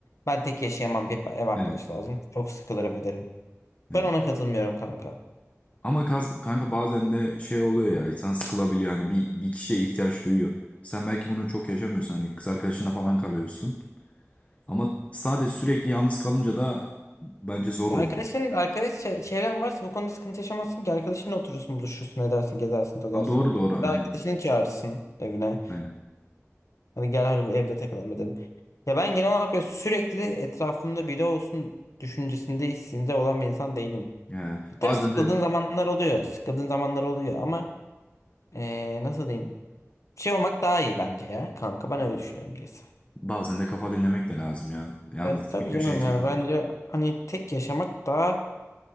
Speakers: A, on the left (about 75°); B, on the left (about 25°).
A: ben tek yaşayamam bir ev arkadaş
B: evet.
A: lazım. Çok sıkılırım ederim. Ben
B: Evet.
A: ona katılmıyorum kanka.
B: Ama kaz- kanka bazen de şey oluyor ya insan sıkılabiliyor hani bir, bir kişiye ihtiyaç duyuyor. Sen belki bunu çok yaşamıyorsun hani kız arkadaşına falan kalıyorsun. Ama sadece sürekli yalnız kalınca da bence zor
A: Ya
B: oluyor.
A: Arkadaşın, arkadaş çe- çevren varsa bu konuda sıkıntı yaşamazsın ki. Arkadaşınla oturursun, buluşursun, edersin, gezersin, tozarsın.
B: Ha, doğru doğru
A: Ve
B: aynen.
A: arkadaşını çağırırsın evine.
B: Aynen.
A: Hani gel harbi evde takılalım dedim. Ya ben genel olarak böyle sürekli etrafımda biri olsun düşüncesinde hissinde olan bir insan değilim.
B: Ya,
A: E, tabii
B: bazen
A: sıkıldığın
B: de
A: zamanlar oluyor. Sıkıldığın zamanlar oluyor ama e, nasıl diyeyim? Şey olmak daha iyi bence ya kanka ben öyle düşünüyorum diyorsun.
B: bazen de kafa dinlemek de lazım ya. Yalnız
A: Ya tabii
B: bir köşeye
A: canım
B: çekildim.
A: yani bence hani tek yaşamak daha